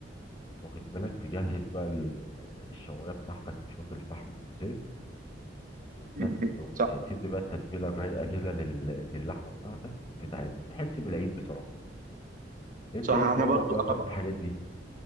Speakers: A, on the left; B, on the right.
A: واخد بالك تجهز بقى ال- الشوايه بتاعتك وشويه الفحم اللزاز وتد...
B: م-م.
A: وتدي
B: صح
A: بقى التتبيله الرايقه كده لل... للحمه بتاعتك وتتعامل بتحس بالعيد بصراحه انت
B: صح
A: ايه
B: احنا
A: نظامك
B: برضو
A: مثلا
B: انا
A: في
B: ب-
A: الحاجات دي